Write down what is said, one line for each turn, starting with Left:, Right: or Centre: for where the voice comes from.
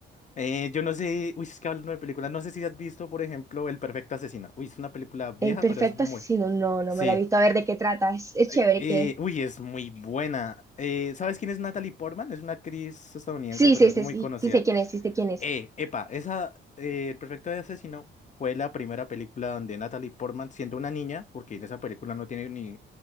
Left: Eh, yo no sé, uy, es que hablando de películas, no sé si has visto, por ejemplo, El Perfecto Asesino. Uy, es una película vieja,
Right: El perfecto
Left: pero es muy,
Right: asesino, no, no
Left: Sí.
Right: me la he visto. A ver de qué trata. Es, es chévere
Left: Eh, eh,
Right: que...
Left: uy, es muy buena. Eh, ¿sabes quién es Natalie Portman? Es una actriz estadounidense,
Right: Sí,
Left: pero
Right: sí,
Left: es
Right: sí,
Left: muy
Right: sí,
Left: conocida.
Right: sí sé quién es, sí sé quién es.
Left: Eh, epa, esa, eh, El Perfecto de Asesino fue la primera película donde Natalie Portman, siendo una niña, porque en esa película no tiene ni